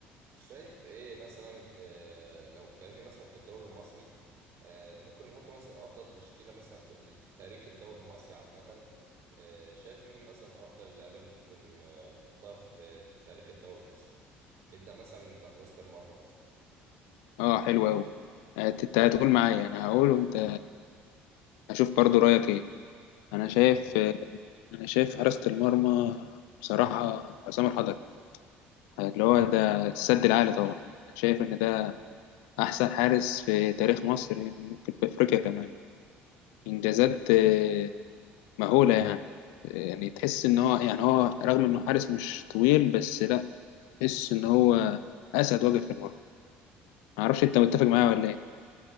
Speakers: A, on the right; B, on the left.
A: شايف ايه مثلا آه، لو اتكلمنا مثلا في الدوري المصري آه، ممكن نحط مثلا افضل تشكيلة مثلا في ال- تاريخ الدوري المصري عامة آه، شايف مين مثلا افضل اللعيبة اللي ممكن آه، نحطها في في تاريخ الدوري المصري نبدأ مثلا بحراسة المرمى مثلا
B: اه حلو قوي انت هتقول معايا انا هقول وانت هشوف برضو رايك ايه انا شايف
A: تمام
B: انا شايف حراسة المرمى بصراحة عصام الحضري اللي هو ده السد العالي طبعا انا شايف ان ده احسن حارس في تاريخ مصر ممكن في افريقيا كمان انجازات آه، مهولة يعني يعني تحس ان هو يعني هو رغم انه حارس مش طويل بس لا تحس ان هو اسد واقف في المرمى معرفش انت متفق معايا ولا ايه